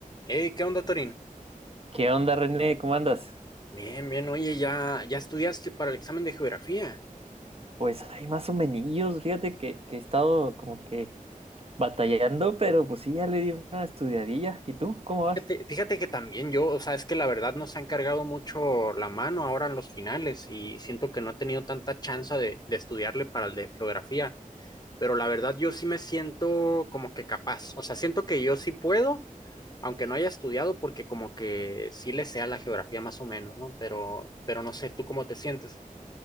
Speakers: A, on the left; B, on the right.
A: Hey, ¿qué onda, Torín?
B: ¿Qué onda, René? ¿Cómo andas?
A: Bien, bien, oye, ya, ya estudiaste para el examen de geografía.
B: Pues hay más o menos, fíjate que, que he estado como que batallando, pero pues sí, ya le di una estudiadilla. ¿Y tú? ¿Cómo vas?
A: Fíjate, fíjate que también yo, o sea, es que la verdad nos han cargado mucho la mano ahora en los finales y siento que no he tenido tanta chance de, de estudiarle para el de geografía, pero la verdad yo sí me siento como que capaz, o sea, siento que yo sí puedo, aunque no haya estudiado, porque como que sí le sea la geografía más o menos, ¿no? Pero, pero no sé, ¿tú cómo te sientes?